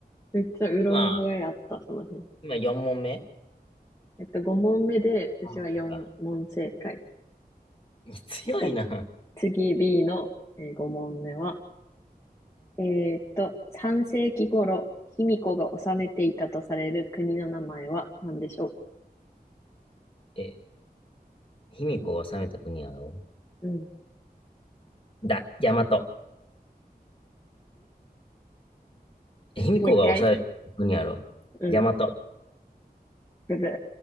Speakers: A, on the left (about 15°); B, on the left (about 30°).
A: めっちゃうろ覚えあった、
B: まあ、
A: その辺。
B: 今4問目。
A: えっと、5問目で、私は4問正解。
B: あそうか。強いな。
A: じゃあ、次 B の、え5問目は、えーっと、3世紀頃、卑弥呼が治めていたとされる国の名前は何でしょ
B: え、卑弥呼を治めた国やろ
A: ううん。ん
B: だ、大和。卑弥呼が抑える国やろ。
A: もう一回うん。
B: 大和。
A: ブブー。